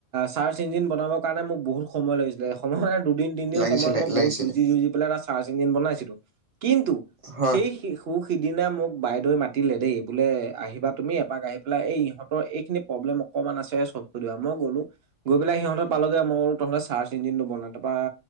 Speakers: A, on the right; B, on the right.
A: চাৰ্চ ইঞ্জিন বনাবৰ কাৰণে মোক বহুত সময় লাগিছিলে সময় মানে দুদিন তিনদিন
B: লাগিছিলে
A: সময় মই
B: লাগিছিলে
A: বহুত। ই জি পেল এটা চাৰ্চ ইঞ্জিন বনাইছিলো কিন্তু
B: হয়
A: সেই। সু সিদিনা মোক বাইদেও মাতিলে দেই বোলে আহিবা তুমি এপাক আহি পেলাই এই ইহঁতৰ এইখিনি প্ৰব্লেম। অকণমান আছে চব <unintelligible> মই গ'লো। গৈ পেলাই সিহঁততে পালোঁগৈ মোৰ তহঁতে চাৰ্চ ইঞ্জিনটো বনাই তাপা